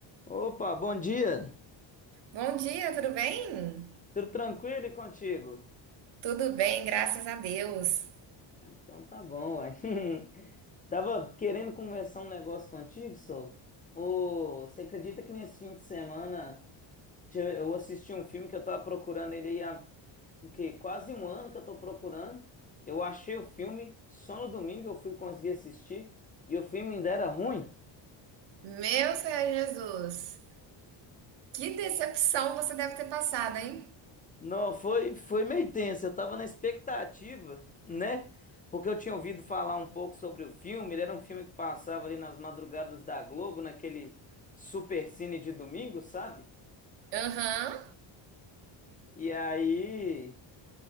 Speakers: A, on the left; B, on the right.
A: Opa, bom dia.
B: Bom dia, tudo bem?
A: Tudo tranquilo e contigo?
B: Tudo bem, graças a Deus.
A: Ah, então tá bom, uai. <laughs> Tava querendo conversar um negócio contigo, Sol. Ô, você acredita que nesse fim de semana te- eu assisti um filme que eu tava procurando ele aí há o quê? Quase um ano que eu tô procurando. Eu achei o filme, só no domingo eu fui conseguir assistir e o filme ainda era ruim.
B: Meu Senhor Jesus, que decepção você deve ter passado, hein?
A: Não, foi, foi meio tenso. Eu tava na expectativa, né? Porque eu tinha ouvido falar um pouco sobre o filme. Ele era um filme que passava ali nas madrugadas da Globo, naquele supercine de domingo, sabe?
B: Aham.
A: E aí.